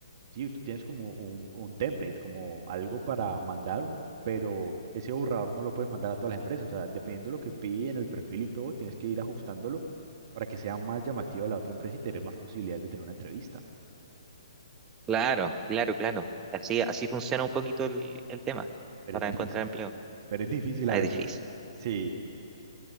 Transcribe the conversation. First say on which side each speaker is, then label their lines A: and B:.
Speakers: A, on the right (about 45°); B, on the right (about 15°).
A: sí, tú tienes como un, un template, como algo para mandar, un- pero ese borrador no lo puedes mandar a todas las empresas. O sea, dependiendo de lo que piden, el perfil y todo, tienes que ir ajustándolo para que sea más llamativo a la otra empresa y tener más posibilidades de tener una entrevista.
B: Claro, claro, claro. Así, así funciona un poquito el, el tema
A: Pero
B: para
A: es difícil,
B: encontrar empleo.
A: pero es difícil
B: Ah,
A: a veces.
B: Es difícil.
A: Sí,